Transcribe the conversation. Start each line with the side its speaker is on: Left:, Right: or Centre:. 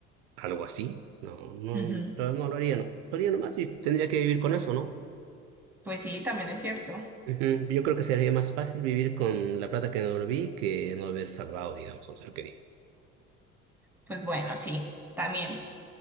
Right: algo así, no, no,
Centre: Ujú.
Right: no, no lo haría, no. Lo haría nomás y tendría que vivir con eso, ¿no?
Centre: Pues sí, también es cierto.
Right: Ujú. Yo creo que sería más fácil vivir con la plata que no devolví que no haber salvado, digamos, a un ser querido.
Centre: Pues bueno, sí, también.